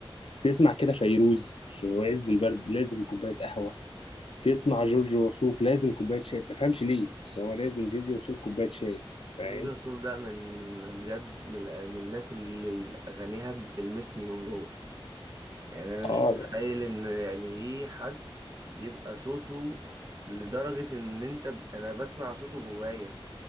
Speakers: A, on the left; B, on the right.
A: تسمع كده فيروز في عز البرد لازم كوبايه قهوه تسمع جورج وسوف لازم كوبايه شاي ما بتفهمش ليه بس هو لازم جورج وسوف كوبايه شاي فاهم
B: جورج وسوف ده من بجد من, ال- من الناس اللي اغانيها بتلمسني من جوه يعني انا
A: اه
B: مش متخيل
A: لا.
B: ان يعني ايه حد يبقى صوته لدرجه ان انت ب- انا بسمع صوته جوايا